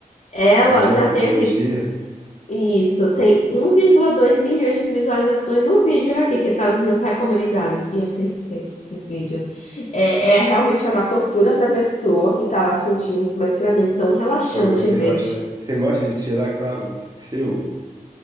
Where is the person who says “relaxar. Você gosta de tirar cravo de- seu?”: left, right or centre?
Right